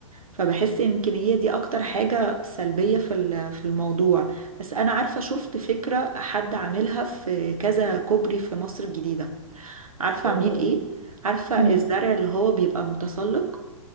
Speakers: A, on the right (about 85°); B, on the right (about 20°).
A: فبحس يمكن هي دي اكتر حاجة سلبية في ال- في الموضوع بس انا عارفة شفت فكرة حد عاملها في كذا كوبري في مصر الجديدة عارفة
B: ايه
A: عاملين
B: هي
A: ايه عارفة
B: مم.
A: الزرع اللي هو بيبقى متسلق